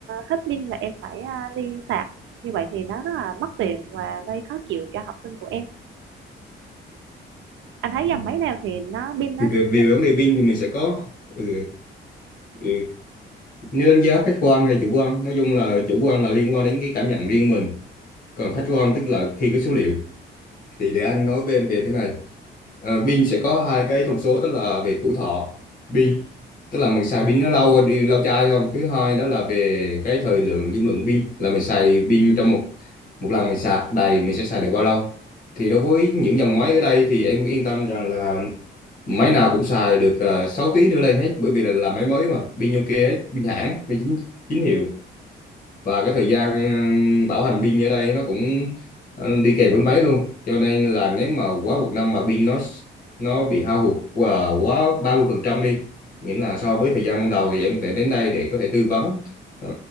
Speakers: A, on the right; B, on the left.
A: hết pin và em phải ờ, đi sạc như vậy thì nó rất là mất tiền và gây khó chịu cho học sinh của em anh thấy
B: Ừ.
A: dòng máy nào thì nó pin nó
B: thì về,
A: sẽ
B: về vấn đề pin thì mình sẽ có ừ, ừ. nếu đánh giá khách quan hay chủ quan nói chung là chủ quan là liên quan đến cái cảm nhận riêng mình còn khách quan tức là khi cái số liệu thì để anh nói với em về thế này Ờ, pin sẽ có hai cái thông số đó là về tuổi thọ pin tức là mình xài pin nó lâu đi lâu chai không thứ hai đó là về cái thời lượng dung lượng pin là mình xài pin trong một một lần mình sạc đầy mình sẽ xài được bao lâu thì đối với những dòng máy ở đây thì em yên tâm rằng là máy nào cũng xài được uh, 6 tiếng trở lên hết bởi vì là, là máy mới mà pin Nokia ấy, pin hãng pin chính chính hiệu và cái thời gian ừ, bảo hành pin ở đây nó cũng ừ, đi kèm với máy luôn cho nên là nếu mà quá một năm mà pin nó nó bị hao hụt và quá 30 phần trăm đi nghĩa là so với thời gian ban đầu thì em có thể đến đây để có thể tư vấn ừ,